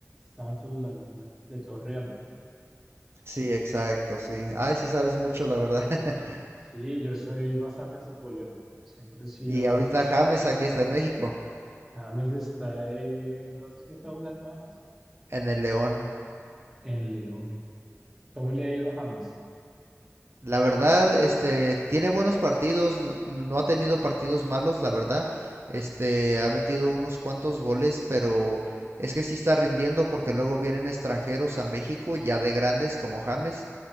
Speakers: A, in the centre; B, on the right.
A: Santos Laguna de Torreón, ¿no?
B: Sí, exacto, sí. Ay, sí sabes mucho, la verdad. <laughs>
A: Sí, yo soy bastante futbolero. Siempre he sido.
B: Y ahorita James aquí está en México,
A: James está en. ¿Dónde es que está jugando James?
B: en el León.
A: En León. ¿Cómo le ha ido a James?
B: La verdad, este, tiene buenos partidos, no, no no ha tenido partidos malos, la verdad. Este, ha metido unos cuantos goles, pero es que sí está rindiendo porque luego vienen extranjeros a México, ya de grandes como James,